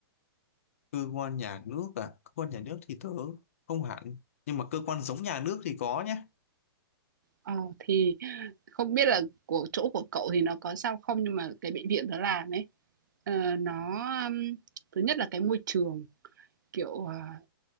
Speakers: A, on the left; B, on the right.
A: cơ quan nhà nước à cơ quan nhà nước thì tớ không hẳn nhưng mà cơ quan giống nhà nước thì có nhá
B: Ờ thì không biết là của chỗ của cậu thì nó có sao không nhưng mà cái bệnh viện tớ làm ấy ờ, nó ừm, thứ nhất là cái môi trường Kiểu, à,